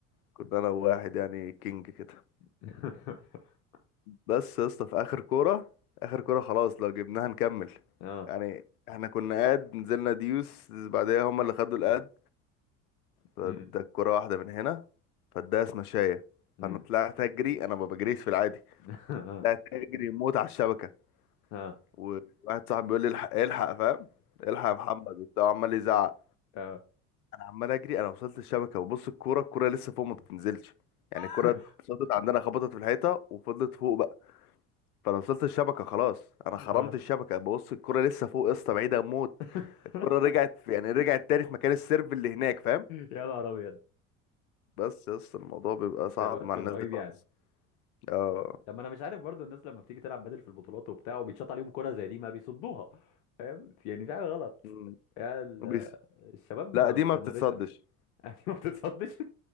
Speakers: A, on the left (about 85°); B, on the left (about 70°).
A: كنا انا وواحد يعني كينج كده
B: <laughs>
A: بس يا اسطى في اخر كورة اخر كورة خلاص لو جبناها نكمل
B: اه
A: يعني احنا كنا قاد نزلنا ديوس بعدها هما اللي خدوا القاد فاداك
B: امم
A: كرة واحدة من هنا فاداها سمشاية
B: امم
A: فانا طلعت اجري انا ما بجريش في العادي
B: <laughs>
A: طلعت اجري موت على الشبكة
B: اه اه
A: وواحد صاحبي بيقول لي الحق الحق فاهم الحق يا محمد وبتاع عمال يزعق
B: اه
A: انا عمال اجري انا وصلت الشبكة وبص الكورة الكورة لسه فوق ما بتنزلش يعني
B: <laughs>
A: الكورة اتشاطت عندنا خبطت في الحيطة وفضلت فوق بقى فانا وصلت الشبكة خلاص انا خرمت
B: آه.
A: الشبكة ببص الكورة لسه فوق يا اسطى بعيدة موت
B: <laughs>
A: الكرة رجعت يعني رجعت تاني في مكان السيرف اللي هناك فاهم
B: يا نهار ابيض
A: بس يس الموضوع بيبقى صعب
B: ده الواد
A: مع
B: كان
A: الناس
B: رهيب
A: دي خالص
B: يعني
A: اه
B: طب ما انا مش عارف برضو الناس لما بتيجي تلعب بدل في البطولات وبتاع وبيتشاط عليهم كرة زي دي ما بيصدوها فاهم يعني في حاجة غلط
A: مم.
B: يعني ال-
A: بس
B: الشباب
A: لا
B: متمرسة
A: دي ما بتتصدش
B: <laughs> يعني ما بتتصدش